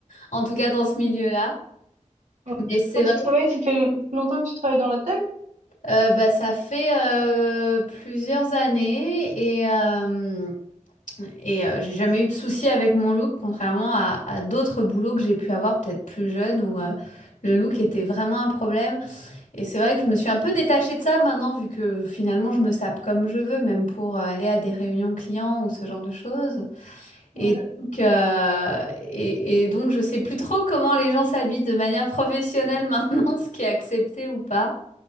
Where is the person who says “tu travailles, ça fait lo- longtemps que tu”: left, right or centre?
Right